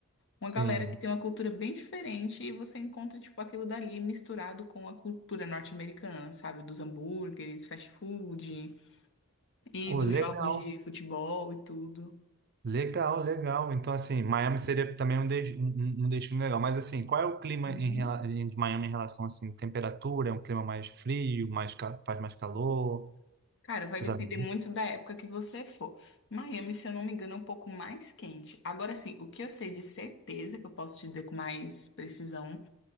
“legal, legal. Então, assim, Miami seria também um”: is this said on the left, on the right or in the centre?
Right